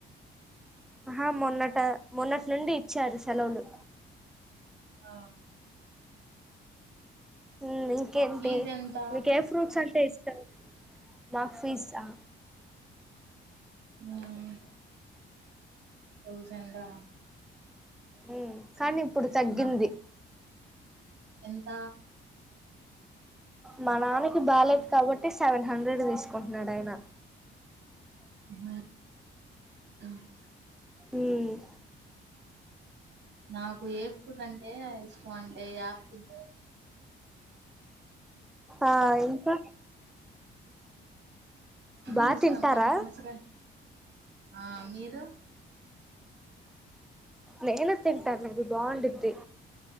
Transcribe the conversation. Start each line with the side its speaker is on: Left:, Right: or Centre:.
Centre: ఆహా మొన్నట మొన్నట్ నుండి ఇచ్చారు సెలవులు
Right: ఆ
Centre: ఉమ్ ఇంకేంటి
Right: ఫీజ్ ఎంత
Centre: మీక్ ఏ ఫ్రూట్స్ అంటే ఇష్ట ఇష్టం మాక్ ఫీస్ట్ ఆ
Right: ఉమ్మ్ థౌజండా
Centre: ఉమ్మ్ కానీ ఇప్పుడు తగ్గింది
Right: నా ఎంత
Centre: మా నాన్నకి బాలేదు కాబట్టి సెవెన్ హండ్రెడ్ తీసుకుంటున్నాడు ఆయన
Right: <unintelligible>
Centre: ఉమ్మ్
Right: నాకు ఏ ఫ్రూట్ అంటే ఇష్టం అంటే యాపిల్
Centre: ఆ ఇంకా
Right: అన్నీ
Centre: బా
Right: ఇష్టం
Centre: తింటారా
Right: కానీ పనసకాయ్ ఆ మీరు
Centre: నేను తింటాను అది బాగుండుద్ది